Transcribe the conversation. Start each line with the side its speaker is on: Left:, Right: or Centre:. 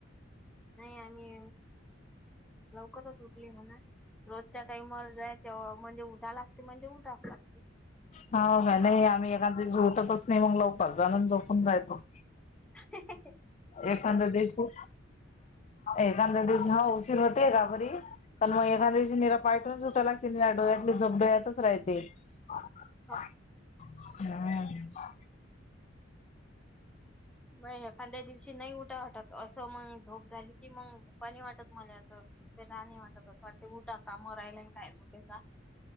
Centre: नाही आम्ही, लवकरच उठली म्हणा रोजच्या टाईमवर जाय तेव्हा म्हणजे उठा लागते म्हणजे उठाच लागते.
Left: हाव का नाही आम्ही एखादशी उटतच नाही मग लवकर, जाणून जोपून रहातो.
Centre: हेहहे.
Left: एखाद्या दिवशी, एखाद्या दिवशी हा उशीर होते गाबरी. कारण मग एखाद्या दिवशी निरा पायटच उटाय लागते निरा डोळ्यात झोप डोळ्यातच राहते.
Centre: <inaudible>
Left: हम्म.
Centre: मग एखाद्या दिवशी नाही उठा वाटत असं मग झोप झाली की मग झोपा नाही वाटत मला. ते राणी म्हणत तसं वा उठा कामावर राहिला आणि काय का?